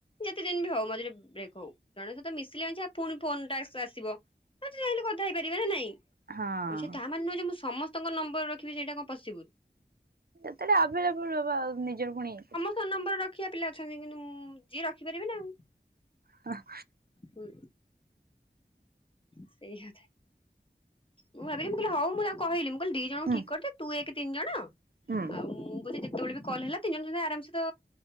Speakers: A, on the left; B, on the right.
A: ଯେତେ ଦିନ ବି ହଉ ମଝିରେ ବ୍ରେକ୍ ହଉ। ଜଣଙ୍କ ସହିତ ମିଶିଲେ ପୁଣି ଫୋନଟା ଆସିବ। ହଁତ ଚାଂହିଲେ କଥା ହେଇପାରିବା ନା ନାଇଁ।
B: ହଁ
A: ମାନେ ନୁହେଁ ଯେ ମୁଁ ସମସ୍ତଙ୍କ ନଂବର ରଖିବି ସେଇଟା କଣ ପସିବୁଲ।
B: ଯେତେବେଳେ ଆଭେଲେବୁଲ ରହିବ ଆଉ ନିଜର ପୁଣି କିଛି
A: ତ ନମ୍ବର ରଖିବା ପିଲା ଅଛନ୍ତି କିନ୍ତୁ ମୁଁ ଯିଏ ରଖିପାରିବି ନା ଆଉ।
B: ହଁ
A: ହୁଁ। ସେଇ କଥା। ମୁ ଭାବିଲି ମୁଁ କହିଲି ହଉ ମୁଁ ତାକୁ କହିଲି ମୁଁ କିହିଲି ଦି ଜଣଙ୍କୁ
B: ହୁଁ
A: ଠିକ କରିଦେ ତୁ ଏକ ତିନି ଜଣ ଆଉ
B: ହୁଁ।
A: ମୁଁ ବୋଧେ ଯେତେବେଳେ ବି କଲ ହେଲା ତିନି ଜଣ ଆରାମସେ ତ